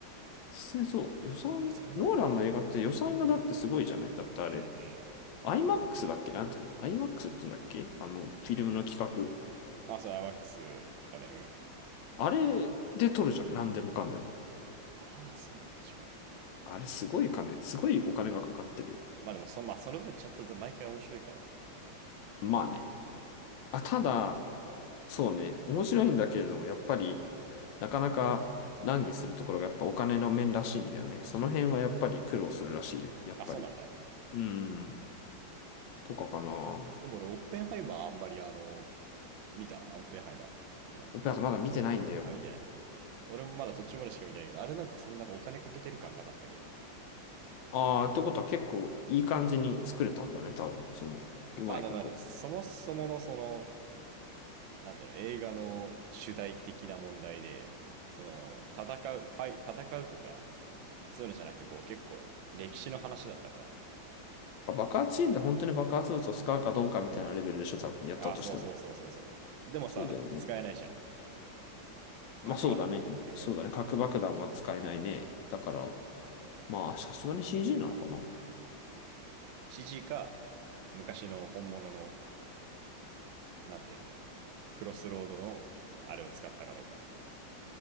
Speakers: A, on the left; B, on the right.
A: 実際そう。予算、
B: あそうなんだ。
A: ノーランの映画って予算がだってすごいじゃない。だってあれ、
B: うんうんうん。
A: IMAX だっけなんていうの ?IMAX って言うんだっけあの、フィルムの企画。
B: あ、そう、アマックスだね。うん。
A: あれで撮るじゃん。なんでもかんでも。
B: ああ、そう、確かに。
A: あれ、すごい金、すごいお金がかかってるよ。
B: まあでもそ、まあその分ちゃんと毎回面白いから。
A: まあね。あ、ただ、そうね、面白いんだけれども、やっぱり、なかなか難儀するところがやっぱお金の面らしいんだよね。その辺はやっぱり苦労するらしいよ、やっぱり。
B: あ、そうなんだ。
A: うん、とかかな。
B: でも俺、オッペンハイマーあんまりあの、見たオッペンハイマー。見てない
A: オペラ座まだ見てないんだよ。
B: あ、見てない。俺もまだ途中までしか見てないけど、あれなんかそんなお金かけてる感なかったけどな。
A: ああ、ってことは結構いい感じに作れたんだね、多分、その、うまいこと。
B: あ、だな、そもそものその、なんていうの、映画の主題的な問題で、その、戦う、ファイ、戦うとか、そういうのじゃなくて、こう、結構、歴史の話だったから。
A: 爆発シーンで本当に爆発物を使うかどうかみたいなレベルでしょ、多分、やったとしても。
B: ああ、そうそうそうそうそう。でもさ、
A: そうだよね。
B: 使えないじゃん。
A: まあそうだね。
B: 書くはうん
A: そうだね。核爆弾は使えないね。だから、まあ、さすがに CG なのかな。
B: シージーか、昔の本物の、なんていうの、クロスロードの、あれを使ったかどうかだよね。